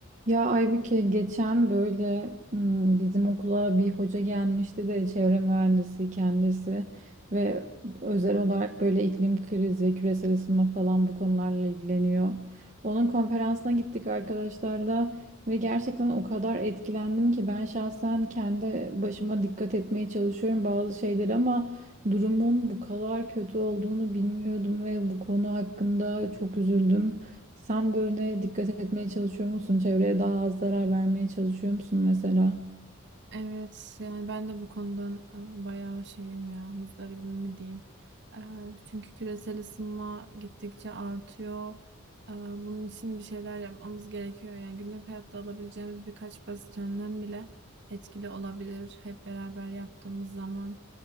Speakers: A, on the right (about 40°); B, on the right (about 60°).
A: Ya Aybüke geçen böyle hmm, bizim okula bir hoca gelmişti de çevre mühendisi kendisi ve özel olarak böyle iklim krizi, küresel ısınma falan bu konularla ilgileniyor. Onun konferansına gittik arkadaşlarla ve gerçekten o kadar etkilendim ki ben şahsen kendi başıma dikkat etmeye çalışıyorum bazı şeyleri ama durumun bu kadar kötü olduğunu bilmiyordum ve bu konu hakkında çok üzüldüm. Sen böyle dikkat etmeye çalışıyor musun? Çevreye daha az zarar vermeye çalışıyor musun mesela?
B: Evet yani ben de bu konudan e, bayağı şeyim ya muzdaribim mi diyeyim. E, çünkü küresel ısınma gittikçe artıyor. E, bunun için bir şeyler yapmamız gerekiyor. Yani günlük hayatta alabileceğimiz birkaç basit önlem bile etkili olabilir hep beraber yaptığımız zaman.